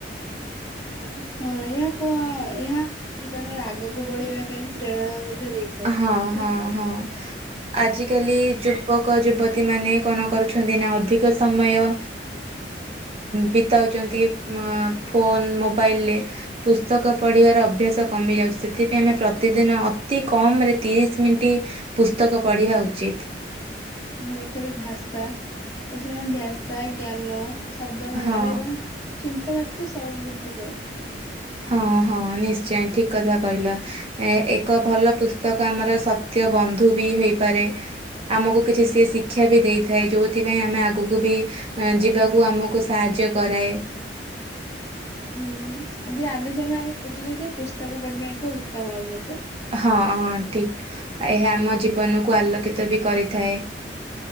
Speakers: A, on the left (about 20°); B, on the right (about 35°).
A: ଅ ହଁ ଏହା କୁହ ଏହା ଜୀବନରେ ଆଗକୁ ବଢେଇବା ପାଇଁ ପ୍ରେରଣା ମଧ୍ୟ ଦେଇଥାଏ। ଠିକ
B: ହଁ ହଁ ହଁ ଆଜିିକାଲି ଯୋଉ ଯୁବକ ଯୁବତୀ ମାନେ କଣ କରୁଛନ୍ତି ନା ଅଧିକ ସମୟ ଅ ବିତାଉଛନ୍ତି ଅ ଫୋନ ମୋବାଇଲରେ ପୁସ୍ତକ ପଢ଼ିବାର ଅଭ୍ୟାସ କମି ଯାଉଛି ସେଥିପାଇଁ ଆମେ ପ୍ରତିଦିନ ଅତି କମ୍ କମ ରେ ତିରିଶ ମିନିଟ୍ ପୁସ୍ତକ ପଢ଼ିବା ଉଚିତ୍।
A: ମୁଁ ଏଥର ଭାଷା ଏଥର ଆମେ ଭାଷା ଜ୍ଞାନ ଶବ୍ଦ ଭଣ୍ଡାର
B: ହଁ
A: ଏବଂ ଚିନ୍ତା ତ ସବୁ ବୁଦ୍ଧି ପାଏ।
B: ହଁ ହଁ ନିଶ୍ଚୟ ଠିକ କଥା କହିଲ ଏ ଏକ ଭଲ ପୁସ୍ତକ ଆମର ସତ୍ୟ ବନ୍ଧୁ ବି ହେଇପାରେ ଆମକୁ କିଛି ସେ ଶିକ୍ଷା ବି ଦେଇଥାଏ ଯୋଉଥିପାଇଁ ଆମେ ଆଗକୁ ବି ଏ ଯିବାକୁ ଆମକୁ ସାହାଯ୍ୟ କରାଏ।
A: ହୁଁ ଆଜି ଆଲୋଚନାରୁ ବୁଝିଲି ଯେ ପୁସ୍ତକ ପଢିବା ଏକ ଉତ୍ତମ ଅଭ୍ୟାସ।
B: ହଁ ହଁ ଠିକ ଏହା ଆମ ଜୀବନକୁ ଆଲୋକିତ ବି କରିଥାଏ।